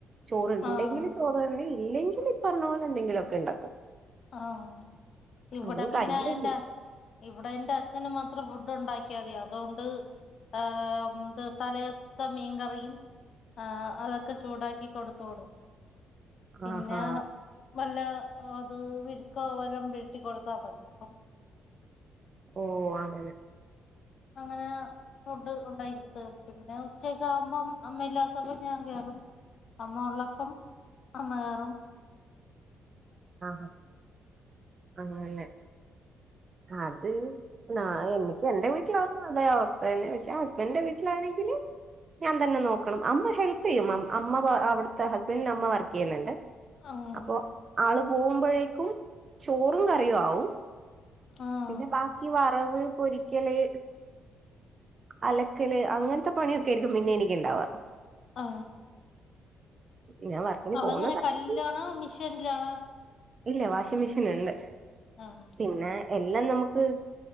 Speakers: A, on the right (about 40°); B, on the left (about 60°).
A: ചോറുണ്ടെങ്കില്
B: ആഹ്
A: ചോറ് ഇല്ലെങ്കിൽ പറഞ്ഞ പോലെ എന്തെങ്കിലു ഒക്കെ ഉണ്ടാക്കും
B: ആഹ ഇവിടെ
A: അതും
B: പിന്നെ
A: കയ്യിലെങ്കിൽ
B: എന്റെ അഛന് ഇവിടെ എന്റെ അച്ഛന് മാത്രം ഫുഡ് ഉണ്ടാക്കിയാതി അതുകൊണ്ട് ഹ് ഇത് തല സത്തെ മീൻകറിയും ആ അതൊക്കെ ചൂടാക്കി കൊടുത്ത് വിടും. പിന്നെ
A: ആഹാ
B: വല്ല അത് വിടുക്ക വല്ലാം വീട്ടി കൊടുത്താൽ മതി അപ്പം
A: ഓ അങ്ങനെ
B: അങ്ങനെ ഫുഡ് ഉണ്ടായിടുത്ത പിന്നെ ഉച്ചക്കേ ആകുമ്പം അമ്മ ഇല്ലാത്തൊക്കെ ഞാൻ കേറും അമ്മ ഉള്ളപ്പം അമ്മ കയറും
A: ആഹഹ അങ്ങനെ അത് ന എനിക്ക് എന്റെ വീട്ട വീട്ടലാകുമ്പോ അതായെ അവസ്ഥ തന്നെ പക്ഷെ ആ ഹസ്ബൻന്റെ വീട്ടിലാണെങ്കില് ഞാൻ തന്നെ നോക്കണം അമ്മ ഹെൽപ് ചെയ്യും അമ്മ അവിടുത്തെ ഹസ്ബൻന്റി അമ്മ വർക്ക് ചെയ്യുന്നുണ്ട്
B: ആഹ്
A: അപ്പൊ ആള് പോകുമ്പോഴേക്കും ചോറും കറിയും ആവും
B: ആഹ്
A: പിന്നെ ബാക്കി വറവ് പൊരിക്കല് അലക്കല് അങ്ങനത്തെ പണിയൊക്കെ ആയിരിക്കും പിന്നെ എനക്ക്ണ്ടാവാ
B: ആ
A: ഞാൻ വർക്കിന്
B: അതെങ്ങനെ
A: പോകുന്ന സമയത്ത്
B: കല്ലിലാണോ മിഷൻലാണോ?
A: ഇല്ല വാഷിംഗ് മെഷീൻ ഇണ്ട്
B: ആഹ
A: പിന്നെ എല്ലാം നമുക്ക്